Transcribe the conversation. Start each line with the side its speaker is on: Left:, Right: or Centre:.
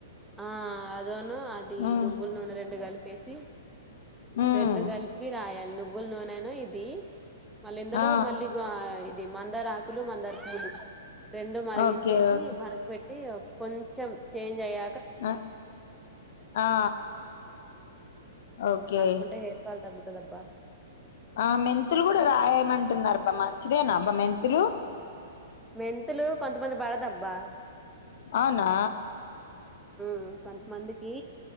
Centre: ఆ అదోను అది
Left: ఉమ్
Centre: నువ్వుల నూనె రెండు కలిపేసి
Left: ఉమ్
Centre: రెండు గలిపి రయా నువ్వులు నునే ఇది మళ్ళ ఇందులో
Left: ఆ
Centre: మళ్ళీ అ మందార ఆకులు మందార పూవులు రెండు మరిగించేసి
Left: ఓకే ఓకే
Centre: మరక పెట్ టి కొంచెం చేంజ్ అయ్య
Left: అ ఆ ఓకే
Centre: కొంటే హేర్ ఫాల్ తగుత దబ్బా
Left: ఆ మెంతులు కూడా రాయమంటున్నారబ్బా మంచిదేనా అబ్బా మెంతులు
Centre: మెంతులు కొంతమంది పడదబ్బా
Left: అవునా
Centre: మ్ కొంతమందికి